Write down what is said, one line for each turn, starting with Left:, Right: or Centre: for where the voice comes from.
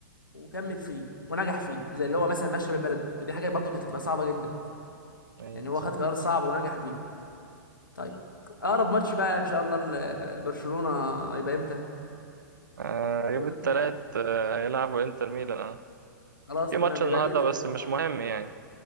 Left: وكمل فيه ونجح فيه زي اللي
Right: مم.
Left: هو مثلا مشى من بلده دي حاجة برضه كانت هتبقى صعبة جدا
Right: أيوه
Left: يعني هو
Right: صح
Left: خد قرار صعب ونجح بيه طيب
Right: مم.
Left: اقرب ماتش بقى ان شاء الله ل- برشلونة هيبقى امتى؟
Right: آه
Left: اللي
Right: يوم
Left: هو يوم
Right: التلات
Left: التلات
Right: آه هيلعبوا إنتر ميلان
Left: خلاص
Right: في
Left: تمام
Right: ماتش
Left: يبقى
Right: النهارده
Left: اجي نشوف
Right: بس
Left: مع
Right: مش
Left: بعض
Right: مهم
Left: بقى
Right: يعني